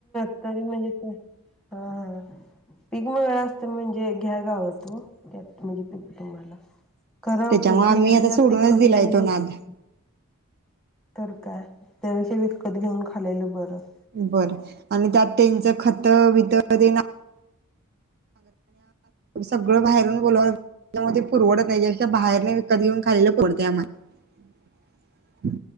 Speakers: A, in the centre; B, on the right.
A: ल असत तरी म्हणजे ते हां हां पीक मिळल असत म्हणजे घ्यागावत ओ त्यात म्हणजे पीक तुम्हाला खराबच
B: त्याच्यामुळे आम्ही
A: म्हणजे
B: आता
A: त्याच्यात
B: सोडूनच
A: पिकच
B: दिलाय
A: येत नाही
B: तो नाद
A: तर तर काय त्यापेक्षा विकत घेऊन खाल्लेलं बरं
B: बरं आणि त्यात त्यांच खत बित तेन सगळं बाहेरून बोलवून म परवडत नाही त्यापेक्षा बाहेरून विकत घेऊन खालेलं परवडतंय आम्हाला